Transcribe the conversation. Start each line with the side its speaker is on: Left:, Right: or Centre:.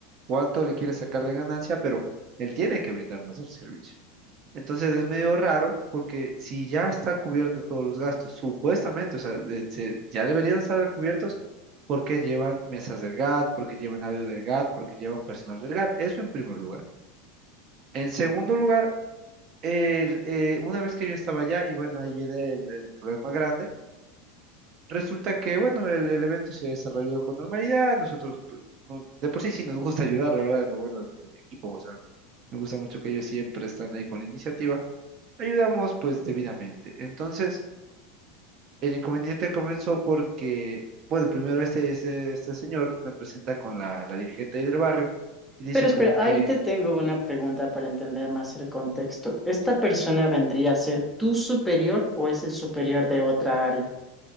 Right: cuánto le quiere sacar de ganancia, pero él tiene que brindarnos el servicio. Entonces, es medio raro porque si ya está cubierto todos los gastos, supuestamente, o sea, de- se- ya deberían estar cubiertos porque llevan mesas del GAT, porque llevan audio del GAT, porque llevan personal del GAT. Eso en primer lugar. En segundo lugar, el, eh, una vez que yo estaba allá, y bueno, ahí viene el, el problema grande, resulta que, bueno, el, el evento se desarrolló con normalidad, nosotros, pues, no- de por sí sí nos gusta ayudar, la verdad es lo bueno del equipo, o sea, me gusta mucho que ellos siempre están ahí con la iniciativa, ayudamos pues debidamente. Entonces, el inconveniente comenzó porque, bueno, primero este, este, este señor me presenta con la, la dirigente ahí del barrio y dice
Centre: Pero
Right: como
Centre: espera,
Right: que...
Centre: ahí te tengo una pregunta para entender más el contexto. ¿Esta persona vendría a ser tu superior o es el superior de otra área?